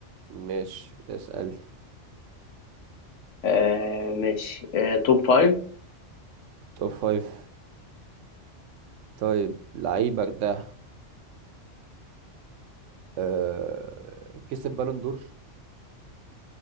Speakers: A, on the right; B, on the left.
A: ماشي اسأل
B: آه ماشي آه توب فايف
A: توب فايف طيب لعيبك ده آه... كسب بالون دور